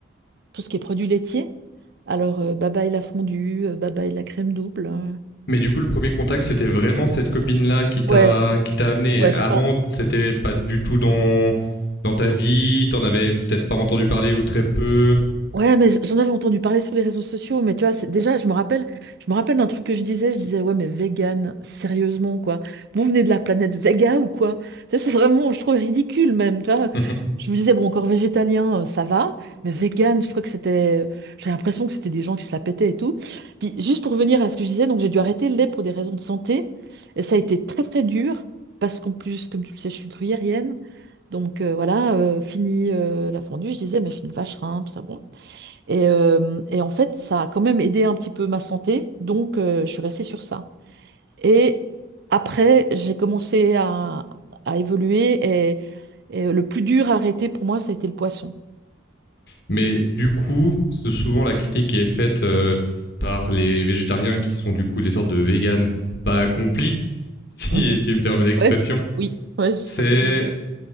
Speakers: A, on the right; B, on the left.
A: tout ce qui est produits laitiers. Alors, euh, bye bye la fondue, euh, bye bye la crème double. euh.
B: Mais du coup, le premier contact, c'était vraiment cette copine-là qui t'a
A: Ouais,
B: qui t'a amené.
A: ouais, je
B: Avant,
A: pense.
B: c'était pas du tout dans, dans ta vie, t'en avais peut-être pas entendu parler ou très peu.
A: Ouais, mais j'en avais entendu parler sur les réseaux sociaux, mais tu vois, c'est- déjà, je me rappelle, je me rappelle d'un truc que je disais, je disais, ouais, mais vegan, sérieusement, quoi. Vous venez de la planète Vega ou quoi? Tu sais, c'est vraiment, je trouve ridicule même, tu vois.
B: <laughs>
A: Je me disais, bon, encore végétalien, euh, ça va, mais vegan, je trouve que c'était, j'ai l'impression que c'était des gens qui se la pétaient et tout. Puis, juste pour revenir à ce que je disais, donc j'ai dû arrêter le lait pour des raisons de santé, et ça a été très, très dur, parce qu'en plus, comme tu le sais, je suis gruyérienne. Donc euh, voilà, euh, fini euh, la fondue, je disais, mais fini le vacherin, tout ça, bon. Et, euh, et en fait, ça a quand même aidé un petit peu ma santé, donc euh, je suis restée sur ça. Et après, j'ai commencé à, à évoluer et, et le plus dur à arrêter pour moi, ça a été le poisson.
B: Mais du coup, c'est souvent la critique qui est faite euh, par les végétariens qui sont du coup des sortes de véganes pas accomplis, <laughs> si
A: Mhm.
B: si tu me permets l'expression.
A: Ouais, oui, ouais, je
B: c'est
A: vois ce que tu veux dire.